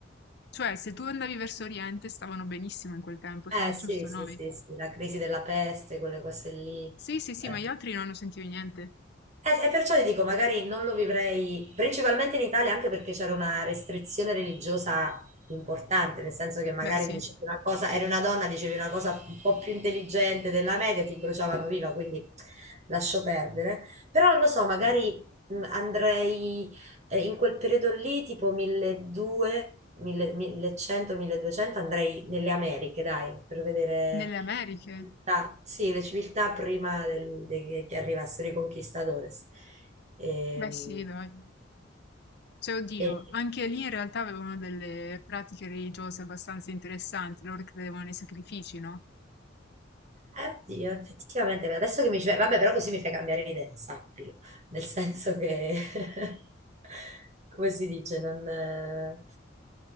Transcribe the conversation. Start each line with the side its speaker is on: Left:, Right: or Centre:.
Left: Cioè, se tu andavi verso Oriente, stavano benissimo in quel tempo, siamo
Right: Eh
Left: giusto
Right: sì,
Left: noi.
Right: sì, sì, sì, la crisi della peste, quelle cose lì.
Left: Sì, sì, sì,
Right: eh.
Left: ma gli altri non hanno sentito niente.
Right: Eh, e perciò ti dico, magari non lo vivrei principalmente in Italia, anche perché c'era una restrizione religiosa importante, nel senso che magari
Left: Beh sì,
Right: dicevi una cosa, eri una donna, dicevi una cosa un po' più intelligente della media, ti bruciavano viva, quindi lascio perdere. Però non lo so, magari mh, andrei eh, in quel periodo lì, tipo 1200, 1100, 1200, andrei nelle Americhe, dai, per vedere
Left: nelle Americhe.
Right: civiltà- sì, le civiltà prima del- de- che arrivassero i conquistadores. Ehm,
Left: Beh sì, dai. Cioè, oddio,
Right: E, eh,
Left: anche lì in realtà avevano delle pratiche religiose abbastanza interessanti, loro credevano nei sacrifici, no? Un
Right: oddio, effettivamente, adesso che mi ci fai- vabbè, però così mi fai cambiare idea, sappilo, nel senso che, <laughs> come si dice, non, eh,